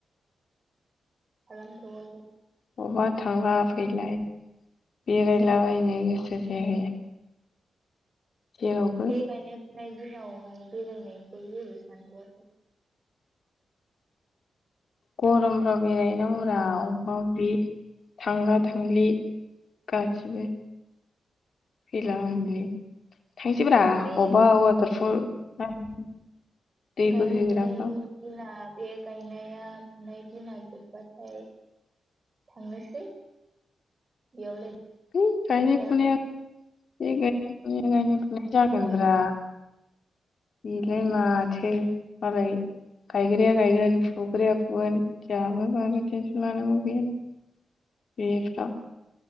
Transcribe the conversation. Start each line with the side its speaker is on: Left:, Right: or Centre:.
Right: खालामथ'वाखै।
Left: बबावबा थांला फैलाय बेरायला बायनो गोसो जायाखै जेरावबो
Right: बे गायनाय फुनाय दिनावहाय बेरायनायखौ जेबो सानथ'वाखै
Left: गरमफ्राव बेराय हैनांगौ ब्रा अबा अबि थांला थांलि गासिबो फैला फैलि थांसै ब्रा
Right: बे
Left: अबा वाटारफल <unintelligible> दै
Right: गायनाय
Left: बोहैग्राफ्राव
Right: फुनाय दिना बे गायनाया फुनाय दिना जोब्बाथाय थांनोसै बेयावलाय
Left: थै गायनाय
Right: दा
Left: फुनाया बे गाय फुनायानो मा जागोन
Right: बहा
Left: ब्रा?
Right: थां
Left: बेलाय माथो मालाय गायग्राया गायग्रोन फुग्राया फुगोन जोहा बे गायनायाव टेनसन लानांगौै गैयालै बेफ्राव।